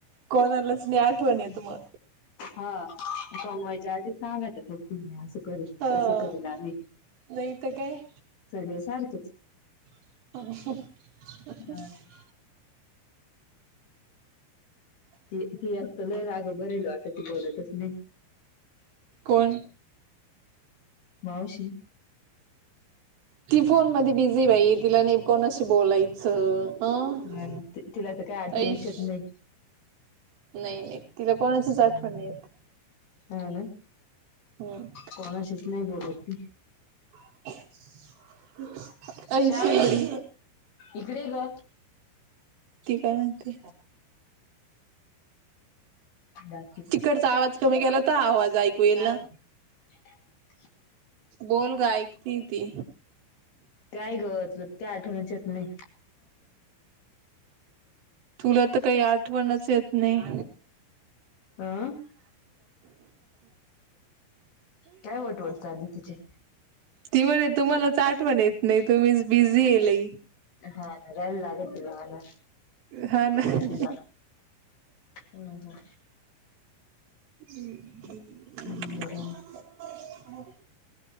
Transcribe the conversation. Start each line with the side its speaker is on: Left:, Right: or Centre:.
Right: कोणालाच नाही आठवण येत मग.
Left: हा, कमवायच्या आधी सांग फक्त असं कर
Right: हा
Left: तस करेल आम्ही
Right: नाही तर काय
Left: सगळे सारखेच
Right: <unintelligible>
Left: अं, ती एक तर लई राग भरिलो आता ती बोलतच नाही.
Right: कोण?
Left: मावशी.
Right: ती फोन मधी बिझी बाई तिला नाही कोणाशी बोलायचं. अ
Left: हा ना तिला तर काय आठवणच
Right: ऐश
Left: येत नाही.
Right: नाही नाही तिला कोणाचीच आठवण नाही येत.
Left: ह ना.
Right: हम.
Left: कोणाशीच नाही बोलत ती.
Right: <unintelligible>
Left: श्रावणी
Right: शेगडी
Left: इकडे ये ग.
Right: ती काय म्हणते?
Left: जा.
Right: तिकडचा आवाज कमी केला. तर आवाज ऐकू येईना.
Left: <unintelligible>
Right: बोल ग ऐकती ती.
Left: काय ग तुला काही आठवणच येत नाही.
Right: तुला तर काही आठवणच येत नाही. <unintelligible>
Left: अं? काय वटवट चालली तिचे
Right: ती म्हणे तुम्हालाच आठवण येत नाही. तुम्हीच बिझी आहे लय.
Left: हा ना राहील लागल तिला हा ना.
Right: हा ना
Left: पोहला हम् हम.
Right: <unintelligible>
Left: हम्म बरं